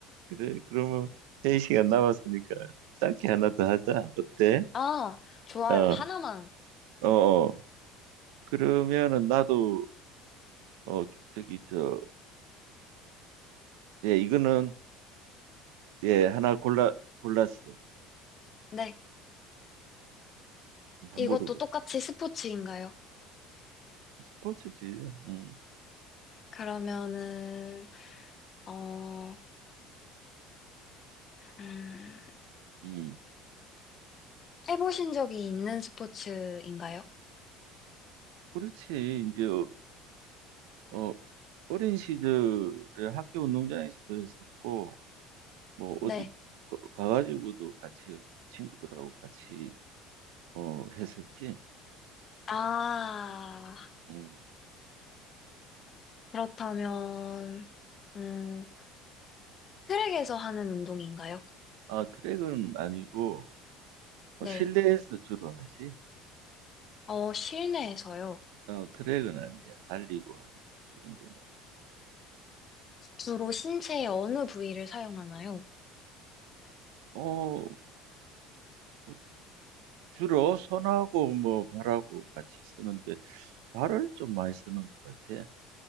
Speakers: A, on the right; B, on the left.
A: 그래, 그러면 3시간 남았으니까 짧게 하나 더 하자. 어때?
B: 아, 좋아요.
A: 어,
B: 하나만.
A: 어, 어. 그러면은 나도 어 저기 저 예, 이거는 예, 하나 골라 골랐어.
B: 네.
A: 한
B: 이것도
A: 물어봐.
B: 똑같이 스포츠인가요?
A: 스포츠지. 음.
B: 그러면은, 어, 음,
A: 음.
B: 해보신 적이 있는 스포츠인가요?
A: 그렇지. 이제 어 어, 어린 시절에 학교 운동장에서도 했었고 뭐 어디
B: 네.
A: 가- 가가지고도 같이 친구들하고 같이 어 했었지.
B: 아,
A: 음.
B: 그렇다면, 음, 트랙에서 하는 운동인가요?
A: 아, 트랙은 아니고 어,
B: 네.
A: 실내에서 주로 하지.
B: 어, 실내에서요.
A: 어, 트랙은 아니야. 달리고 하는 거, 그런 거는.
B: 주로 신체의 어느 부위를 사용하나요?
A: 어, 뭐 주로 손하고 뭐 발하고 같이 쓰는데 발을 좀 많이 쓰는 것 같아.